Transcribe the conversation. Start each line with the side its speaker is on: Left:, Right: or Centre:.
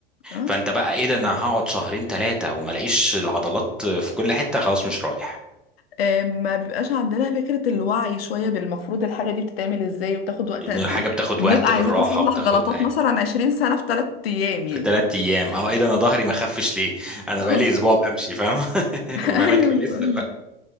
Left: اه
Centre: فانت بقى ايه ده انا هقعد شهرين ثلاثه وما الاقيش العضلات في كل حته خلاص مش رايح
Left: آه، ما بيبقاش عندنا فكره الوعي شويه بالمفروض الحاجه دي بتتعمل ازاي وبتاخد وقت
Centre: ان
Left: قد
Centre: الحاجه
Left: ايه
Centre: بتاخد
Left: وبنبقى
Centre: وقت
Left: عايزين
Centre: بالراحه
Left: نصلح
Centre: وبتاخد
Left: غلطات مثلا 20 سنه في 3 ايام
Centre: في
Left: يعني
Centre: تلات ايام اه ايه ده انا ظهري ما خفش ليه انا
Left: اه
Centre: بقالي اسبوع بمشي فاهم <laughs>
Left: <laughs>
Centre: مالك
Left: ايوه
Centre: بقى
Left: بقول
Centre: لسه
Left: لك
Centre: بقى